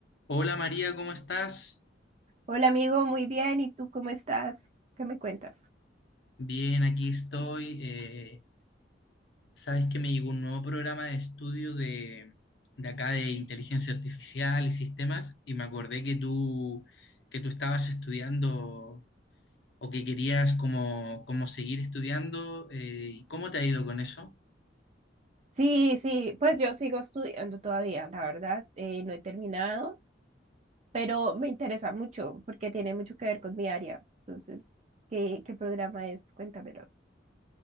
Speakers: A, on the left; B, on the right.
A: Hola María, ¿cómo estás?
B: Hola amigo, muy bien. ¿Y tú cómo estás? ¿Qué me cuentas?
A: Bien, aquí estoy. eh, sabes que me llegó un nuevo programa de estudio de, de acá de inteligencia artificial y sistemas y me acordé que tú, que tú estabas estudiando o que querías como, como seguir estudiando. eh, ¿cómo te ha ido con eso?
B: Sí, sí, pues yo sigo estudiando todavía, la verdad, eh, no he terminado, pero me interesa mucho porque tiene mucho que ver con mi área. Entonces, ¿qué, qué programa es? Cuéntamelo.